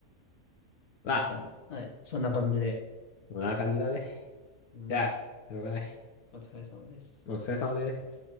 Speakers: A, on the left (about 85°); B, on the left (about 70°).
A: まあ、
B: じゃあはい。そんな感じで。
A: こんな感じだね。
B: うん。
A: じゃあ、しょうがない。
B: お疲れ様です。
A: お疲れ様です。